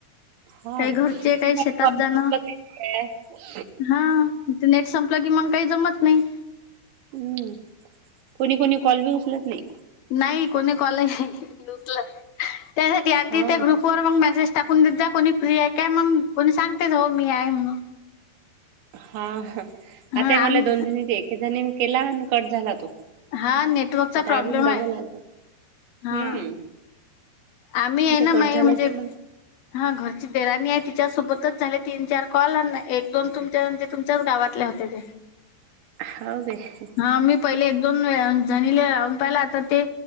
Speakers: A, on the right; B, on the left.
A: हा
B: काही घरचे,
A: कोणी
B: काही
A: कोणी
B: शेतात
A: कॉल बी
B: जाणं
A: उचलत नाही <inaudible>
B: हा ते नेट संपलं की मंग काही जमत नाही.
A: हम्म कोणी कोणी कॉल बी उचलत नाही.
B: नाही कोणी कॉललं उचलत त्यासाठी आणि
A: हा
B: ती ते ग्रुप पोरं मंग मेसेज टाकून देत जा कोणी फ्री आहे काय मंग कोणी सांगतेच हो मी आहे म्हणून
A: हा आता
B: हां,
A: ही मला
B: आम्ही
A: दोन दि एक जणी केला आणि कट झाला तो.
B: हा नेटवर्कचा
A: आता
B: प्रॉब्लेम
A: अजून डबल
B: आहे
A: आलता हम्म.
B: हा आम्ही आहे ना
A: ते
B: मही
A: कट झालं
B: म्हणजे
A: की मग
B: हा घरची देराणी आहे तिच्यासोबतच झाले तीन चार कॉल आणला एक दोन तुमच्या तुमच्याच गावातल्या होत्या ते.
A: हाव काय?
B: हा मी पहिले एक दोन वेळा जणीले राहून पाहिलं आता ते